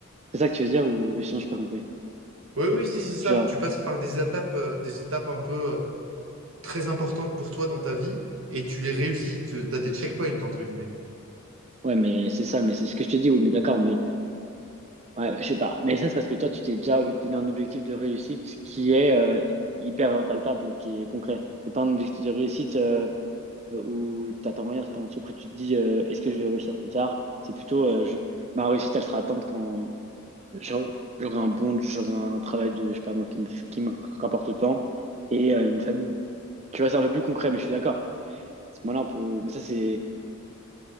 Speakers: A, on the right; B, on the right.
A: c'est ça que tu veux dire ou sinon, j'ai pas compris.
B: Oui, oui, si, c'est ça.
A: Genre.
B: Tu passes par des étapes, euh, des étapes un peu euh, très importantes pour toi dans ta vie et tu les réussis. Tu as des checkpoints, entre guillemets.
A: Ouais, mais c'est ça, mais c'est ce que je te dis, oui, mais d'accord, mais ouais, je sais pas. Mais ça, c'est parce que toi, tu t'es déjà donné un objectif de réussite qui est euh, hyper palpable, qui est concret. C'est pas un objectif de réussite euh, euh, où t'attends rien, c'est pas un truc où tu te dis euh, est-ce que je vais réussir plus tard? C'est plutôt euh, je- ma réussite, elle sera atteinte quand j'aurai j'aurai un bon, j'aurai un travail de, je sais pas moi, qui me, qui me rapporte autant et euh, une famille. Tu vois, c'est un peu plus concret, mais je suis d'accord. À ce moment-là, on peut. Mais ça, c'est.